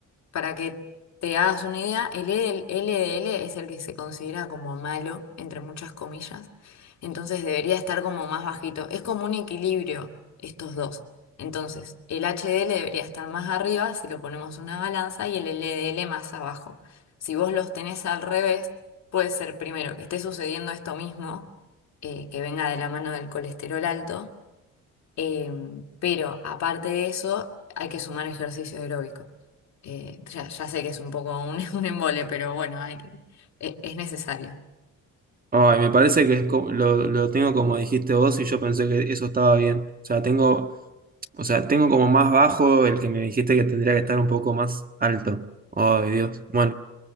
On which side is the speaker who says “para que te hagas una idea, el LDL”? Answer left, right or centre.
Left